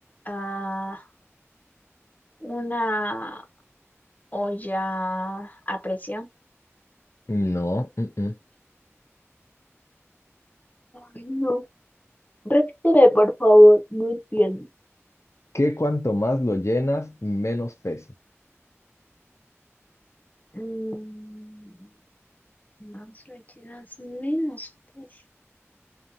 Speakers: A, on the left; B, on the left.
A: ah, una o ya aprecio.
B: No, mm, mm.
A: Ay, no. Repíteme, por favor, no entiendo.
B: Que cuanto más lo llenas, menos pesa.
A: Mm, más líquidas, menos precio.